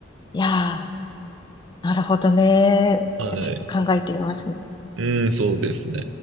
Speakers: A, on the left; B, on the right.
A: いやー、なるほどね。
B: はい。
A: ちょっと考えてみますね。
B: うん、そうですね。